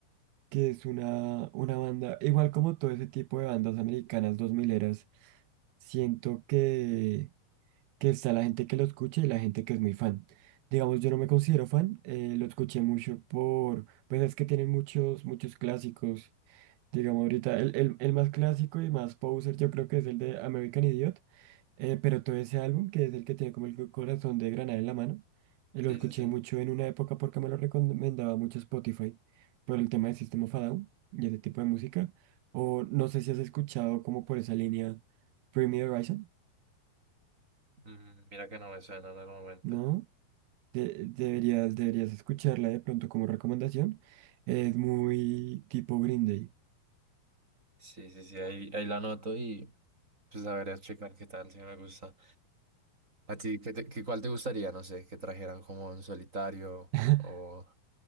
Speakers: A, on the right; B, on the right.
A: que es una, una banda, igual como todo ese tipo de bandas americanas dos mileras, siento que, que está la gente que lo escucha y la gente que es muy fan. Digamos, yo no me considero fan, eh, lo escuché mucho por, pues es que tienen muchos, muchos clásicos. Digamos, ahorita el, el, el más clásico y más poser yo creo que es el de American Idiot. Eh, pero todo ese álbum, que es el que tiene como el corazón de granada en la mano, eh,
B: Sí,
A: lo escuché
B: sí, sí.
A: mucho en una época porque me lo recomendaba mucho Spotify por el tema de System of a Down y ese tipo de música. O no sé si has escuchado como por esa línea Bring Me the Horizon,
B: Mm, mira que no me suena en el momento.
A: ¿no? De- deberías, deberías escucharla de pronto como recomendación. Es muy tipo Green Day.
B: Sí, sí, sí, ahí, ahí la anoto y pues a ver, a checar qué tal, si me gusta. ¿A ti qué, te- qué- cuál te gustaría, no sé, que trajeran como en solitario
A: <laughs>
B: o